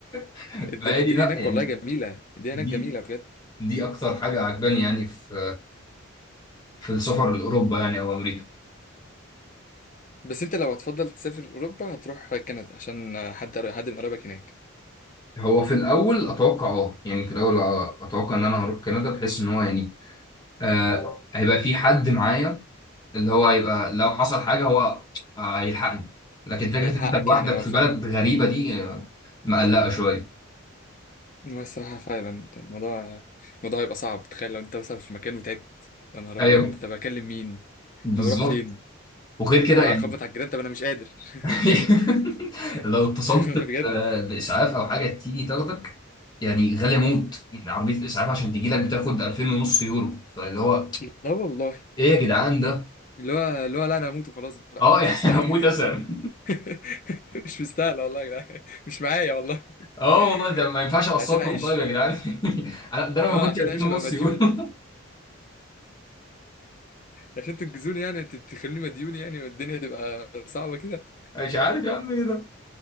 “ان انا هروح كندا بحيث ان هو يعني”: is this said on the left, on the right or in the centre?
Left